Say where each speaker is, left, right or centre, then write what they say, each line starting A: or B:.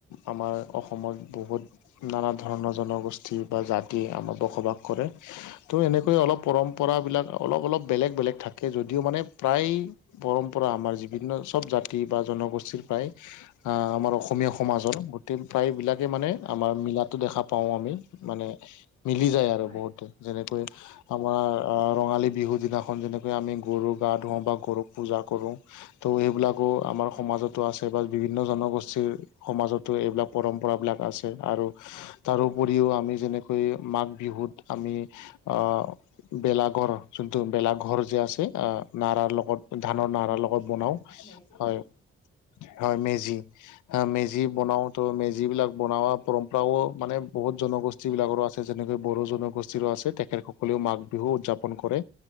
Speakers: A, on the left (about 80°); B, on the left (about 60°).
A: আমাৰ অসমত বহুত নানা ধৰণৰ জনগোষ্ঠী বা জাতি আমাৰ বসবাস কৰে। তো এনেকৈ অলপ পৰম্পৰাবিলাক অলপ - অলপ বেলেগ - বেলেগ থাকে, যদিও মানে প্ৰায় পৰম্পৰা আমাৰ বিভিন্ন চব জাতি বা জনগোষ্ঠীৰ প্ৰায় আমাৰ অসমীয়া সমাজৰ গোটেই প্ৰায়বিলাক কে মানে
B: হয়
A: আমাৰ মিলাটো দেখা পাওঁ আমি, মানে মিলি যায় আৰু
B: হয়
A: বহুতে। যেনেকৈ আমাৰ অ'- ৰঙালী বিহুদিনাখন যেনেকৈ আমি গৰু গা ধুৱাওঁ বা গৰুক পূজা কৰোঁ, তো সেইবিলাকো আমাৰ
B: হয়
A: সমাজতো আছে। <unintelligible> বিভিন্ন জনগোষ্ঠীৰ সমাজতো এইবিলাক পৰম্পৰাবিলাক আছে আৰু তাৰোপৰিও আমি
B: হয়
A: যেনেকৈ মাঘ বিহুত আমি অ' বেলাঘৰ, যোনটো বেলাঘৰ যে আছে, নাৰাৰ ল গত-
B: হয়
A: ধানৰ
B: হয়
A: নাৰাৰ
B: মেজি
A: লগত বনাওঁ।
B: হয় হয় মেজি
A: হয়। হয়, মেজি। অ' মেজি বনাওঁ, তো মেজিবিলাক বনোৱা পৰম্পৰাও মানে বহুত জনগো ষ্ঠীবিলাকৰো আছে, যেনেকৈ বড়ো জনগোষ্ঠীৰো আছে। তেখেতসকলেও মাঘ বিহু উদযাপন কৰে।